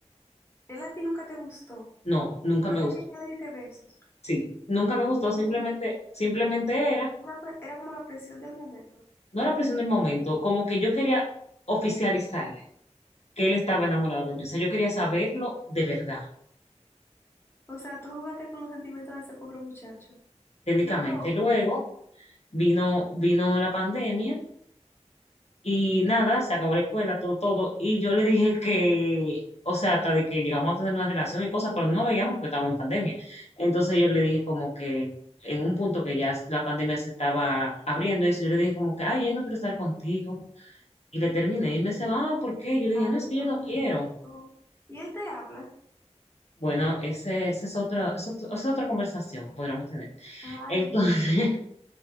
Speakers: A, on the left (about 20°); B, on the left (about 65°).
A: Él a ti nunca te gustó.
B: No, nunca
A: Puede
B: me gustó.
A: que ya le diste besos.
B: Sí, nunca me gustó, simplemente,
A: Ay, Dios mío.
B: simplemente era
A: Una pre- era como la presión del momento.
B: no la presión del momento, como que yo quería oficializar que él estaba enamorado de mí. O sea, yo quería saberlo de verdad,
A: O sea, tú jugaste con los sentimientos de ese pobre muchacho
B: técnicamente.
A: y no te odia.
B: Luego vino, vino la pandemia y nada, se acabó la escuela, todo, todo. Y yo le dije que, o sea, hasta de que llegamos a tener una relación y cosas, pero no nos veíamos porque estábamos en pandemia. Entonces yo le dije como que en un punto que ya la pandemia se estaba abriendo, eso, yo le dije como que, ay, yo no quiero estar contigo. Y le terminé. Y él me decía, ah, ¿por qué? Yo le
A: Ay,
B: dije, no, es
A: Dios
B: que yo no
A: mío.
B: quiero.
A: no. Y él te habla.
B: Bueno, ese, ese es otra, eso es otro- esa es otra conversación que podríamos tener.
A: Ay,
B: Entonces,
A: Dios mío.
B: <laughs>